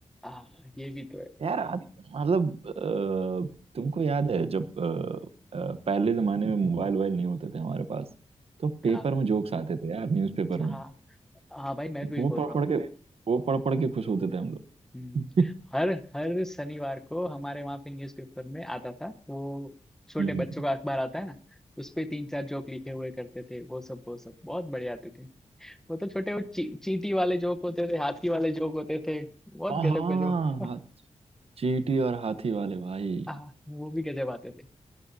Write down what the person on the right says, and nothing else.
यार आज मतलब अ, तुमको याद है जब अ, अ, पहले जमाने में मोबाइल वोबाइल नहीं होते थे हमारे पास तो पेपर
में जोक्स आते थे यार न्यूज़पेपर
में
वो
पढ़
पढ़
के वो पढ़ पढ़ के खुश होते थे हम
लोग <laughs>
हम्म
हाँ हाँ,
हाँ, चींटी और हाथी वाले भाई